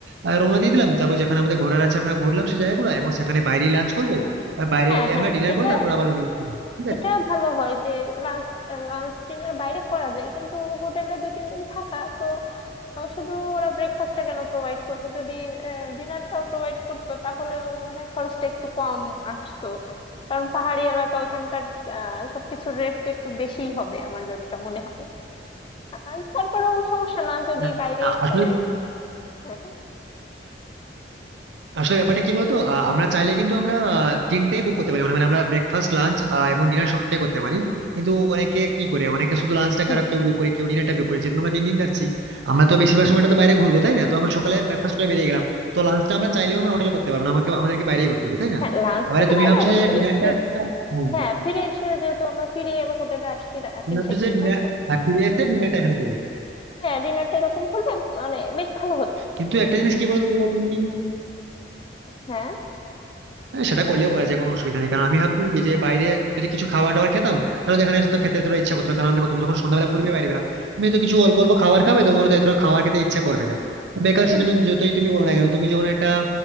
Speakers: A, on the right (about 80°); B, on the left (about 30°).
A: আহ, রওনা দিয়ে দিলাম তারপর যেখানে আমাদের ঘোরার আছে আমরা ঘুরলাম সেই জায়গাগুলো এবং সেখানে বাইরেই লাঞ্চ করবো আর বাইরে
B: হ্যাঁ হ্যাঁ
A: আমরা ডিনার
B: এটা
A: করে তারপর আবার রুমে ঠিক
B: এটা
A: আছে
B: ভালো হয় যে লাঞ্চ লাঞ্চ ডিনার বাইরে করা যায় কিন্তু হোটেলে দুই তিন দিন থাকা তো আহ, শুধু ওরা ব্রেকফাস্টটা কেন প্রোভাইড করবে যদি ডিনারটাও প্রোভাইড করতো তাহলে ওই মনে হয় খরচটা একটু কম আসতো কারণ পাহাড়ি এলাকা ওখানকার আহ, সবকিছুর রেট তো একটু বেশিই হবে আমার যতটা মনে হয় আর তারপরেও সমস্যা না যদি
A: না
B: বাইরে
A: না,
B: খেয়ে
A: আসলে
B: হ্যাঁ
A: আসলে ব্যাপারটা কি বলতো আহ, আমরা চাইলে কিন্তু আমরা আহ, তিনটেই বুক করতে পারি মানে মানে আমরা ব্রেকফাস্ট লাঞ্চ এবং ডিনার সবটাই করতে পারি কিন্তু অনেকে কি করে অনেকে শুধু লাঞ্চটা
B: হ্যাঁ
A: কারো কেউ বুক করে কেউ ডিনারটা বুক করে যেহেতু আমরা তিন দিন থাকছি আমরা তো বেশিরভাগ সময়টা তো বাইরে ঘুরবো তাই না তো আমরা সকালে
B: হ্যাঁ
A: ব্রেকফাস্ট করে বেরিয়ে গেলাম তো লাঞ্চটা আমরা চাইলেও আমরা হোটেলে করতে পারবো না আমাকে আমাদেরকে বাইরেই করতে হবে তাই না
B: হ্যাঁ, লাঞ্চটা
A: এবারে
B: তো
A: তুমি
B: বাইরে
A: ভাবছো
B: অবশ্যই
A: যে ডিনারটা তুমি
B: হ্যাঁ ফিরে এসে যেহেতু আমরা ফিরেই আবার হোটেলে আসছি রা- দিন
A: ভাবছো
B: শেষে
A: যে ডিনার
B: তখন
A: ফিরে এসে ডিনারটা এখানে করবে
B: হ্যাঁ ডিনারটা এরকম হলে মানে বেশ ভালো হতো
A: কিন্তু একটা জিনিস কি বলতো তুমি
B: হ্যাঁ
A: হ্যাঁ, সেটা করলেও করা যায় কোনো অসুবিধা নেই কারণ আমি ভাবছি যে যে বাইরে যদি কিছু খাবার দাবার খেতাম তাহলে দেখা যেত তো খেতে এতটা ইচ্ছা করতো না কারণ দেখো তুমি যখন সন্ধ্যাবেলা ঘুরবে বাইরে বেলা তুমি তো কিছু অল্প অল্প খাবার খাবে তোমার তো এতটা খাবার খেতে ইচ্ছা করবে না বেকার সেজন্য
B: উম,
A: যতই তুমি বলো না কেন তুমি যখন একটা